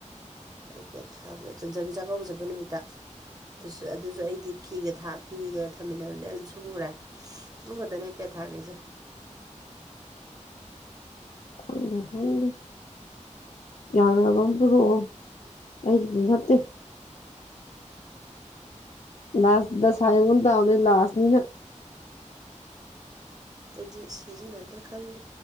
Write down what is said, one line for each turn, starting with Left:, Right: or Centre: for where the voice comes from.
Right: ꯑꯩꯐꯦꯠ ꯊꯥꯕꯗꯣ ꯆꯟꯖꯪꯒꯤ ꯆꯥꯛꯀꯧꯕꯖꯄ ꯅꯨꯃꯤꯠꯇ ꯑꯗꯨꯁꯨ ꯑꯗꯨꯁꯨ ꯑꯩꯗꯤ ꯐꯤꯒꯥ ꯐꯤꯒ ꯊꯝꯃꯤꯟꯅꯕꯅꯤꯅ ꯑꯗꯨꯝ ꯁꯨꯈ꯭ꯔꯦ ꯑꯗꯨ ꯈꯛꯇꯅꯦ ꯏꯝꯄꯦ ꯊꯥꯒꯁꯦ
Left: ꯈꯪꯗꯦ ꯐꯪꯗꯦ ꯌꯥꯅꯕ ꯑꯃ ꯄꯨꯔꯛꯑꯣ ꯑꯩꯒꯤꯗꯤ ꯅꯠꯇꯦ ꯂꯥꯁꯗ ꯁꯥꯏꯝ ꯍꯗ ꯑꯣꯅꯤ ꯂꯥꯥꯁꯅꯤꯅ
Right: ꯑꯩꯗꯤ ꯁꯤꯖꯤꯟꯅꯗꯦ ꯈꯪꯗꯦ